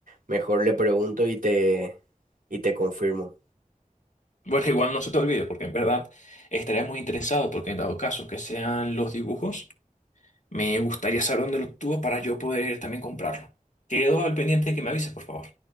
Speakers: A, on the right (about 85°); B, on the left (about 60°).
A: mejor le pregunto y te, y te confirmo.
B: Bueno, igual no se te olvide, porque en verdad estaría muy interesado, porque en dado caso que sean los dibujos, Me gustaría saber dónde lo obtuvo para yo poder también comprarlo. Quedo al pendiente de que me avises, por favor.